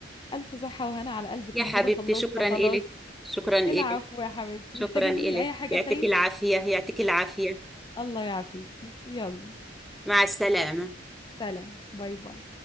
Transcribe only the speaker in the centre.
يا
حبيبتي
شكرا
إلك شكرا إلك
شكرا
إلك
يعطيك
العافية يعطيك العافية
مع السلامة